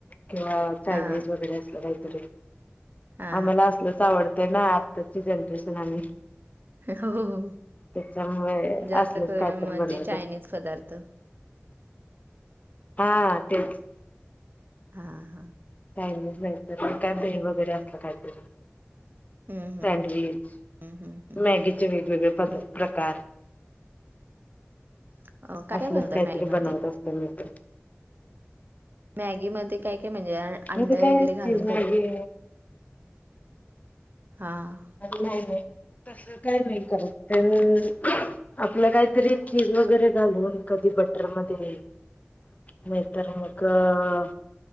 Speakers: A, on the left; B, on the right.
A: किंवा चायनीज
B: हा
A: वगैरे, असं काहीतरी
B: हा
A: आम्हाला असलच आवडतय ना, आत्ताची जनरेशन आम्ही.
B: हो हो,
A: त्याच्यामुळे
B: जास्त
A: असलंच
B: करून,
A: काय तर
B: म
A: बनवत
B: ते चायनीज
A: असत
B: पदार्थ
A: हां, तेच.
B: हां हां.
A: चायनीज भेटत <unintelligible> <unintelligible> वगैरे, असलं काहीतरी
B: हम्म
A: सँडविच,
B: हम्म हम्म हम्म
A: मॅगीचे वेग-वेगळे,
B: हम्म
A: पद-प्रकार
B: हम्म काय
A: असलच
B: काय बनवता
A: काहीतरी,
B: मॅगी मध्ये?
A: बनवत असते, मी पण.
B: मॅगी मध्ये, काय- काय म्हणजे, आ-अंड
A: म्हणजे
B: वगैरे
A: काय
B: घालून
A: चीज
B: कर
A: मॅगी
B: हां.
A: नाही <unintelligible> तस काय नही करत, प <unintelligible> आपलं काहीतरी, चीज वगैरे घालून, कधी बटरमध्ये
B: <unintelligible>
A: नहीतर मग, अ